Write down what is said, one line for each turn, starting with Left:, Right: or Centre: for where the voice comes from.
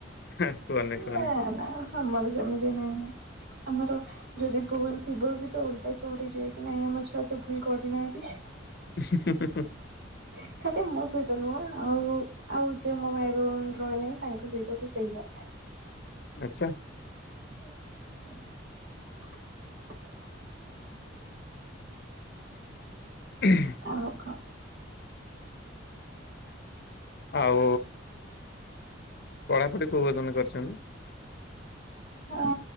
Left: ହେଁ କୁହନି କୁହନି
Right: ନା ନା ଆମର ସେମିତି ନାହିଁ ଆମର ଯଦି ଭୁଲ ଥିବ ବି ତ ଉଲ୍ଟା ଚଉଢି ଯିବେ କି ନାଇଁ ଆମ ଛୁଆ ସେ ଭୁଲ୍ କରିନାହାନ୍ତି।
Left: <unintelligible>
Right: ହଁ ଖାଦ ମୋ ସହିତ ନୁହଁ ଆଉ ଆଉ ଯେ ମୋ ଭାଇ ଭଉଣୀ ରହିଲେ ବି ତାଙ୍କ ସହିତ ବି ସେଇଆ।
Left: ଆଚ୍ଛା
Right: <unintelligible>
Left: ଉହୁଁ
Right: ଆଉ ଖ
Left: ଆଉ ପଢାପଢି କୋଉ ପର୍ୟ୍ଯନ୍ତ କରିଛନ୍ତି।
Right: ଅ